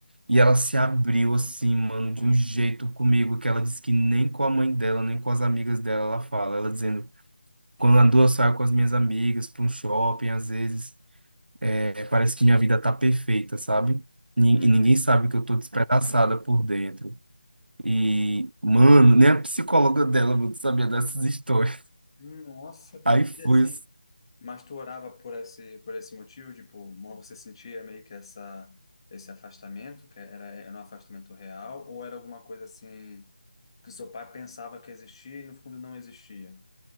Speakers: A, on the right; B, on the left.
A: E ela se abriu
B: Deus.
A: assim, mano, de um jeito comigo, que ela disse que nem com a mãe dela, nem com as amigas dela ela fala. Ela dizendo, quando andou, eu saio com as minhas amigas para um shopping, às vezes. É, Parece que minha vida tá perfeita, sabe? Nin-
B: Uhum.
A: E ninguém sabe que eu tô despedaçada por dentro. E, mano, nem a psicóloga dela mano, sabia dessas histórias.
B: Nossa.
A: Aí fui.
B: E assim, Mas tu orava por esse, por esse motivo, tipo, mo- você sentia meio que essa, esse afastamento, que era, era um afastamento real, ou era alguma coisa assim que o seu pai pensava que existia e no fundo não existia?